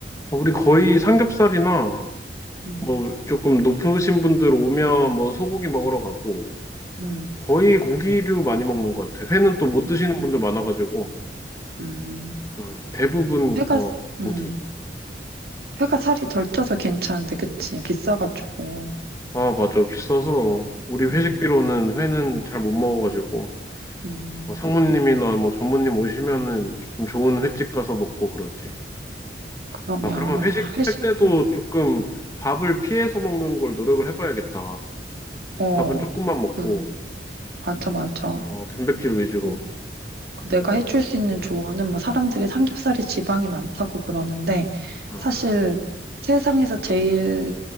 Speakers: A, on the left (about 20°); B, on the right (about 60°).
A: 우리 거의 삼겹살이나
B: 음,
A: 뭐 조금 높으신 분들 오면 뭐 소고기 먹으러 가고
B: 음,
A: 거의 고기류 많이 먹는 것 같아. 회는 또 못
B: 음,
A: 드시는 분들 많아가지고
B: 음.
A: 응, 대부분
B: 회가,
A: 어,
B: 음,
A: 고기.
B: 회가 살이 덜 쪄서 괜찮은데, 그치? 비싸가지고.
A: 아, 맞아. 비싸서 우리 회식비로는
B: 음.
A: 회는 잘 못 먹어가지고.
B: 음,
A: 뭐 상무님이나 뭐 전무님 오시면은 조금 좋은 횟집 가서 먹고 그러지.
B: 그러면
A: 아, 그러면 회식할
B: 회식,
A: 때도
B: 음,
A: 조금 밥을 피해서 먹는 걸 노력을 해봐야겠다.
B: 어,
A: 밥은 조금만 먹고,
B: 그, 맞아, 맞아.
A: 어, 단백질 위주로.
B: 그, 그 내가 해줄 수 있는 조언은 뭐 사람들이 삼겹살에 지방이 많다고 그러는데
A: 응.
B: 사실 세상에서 제일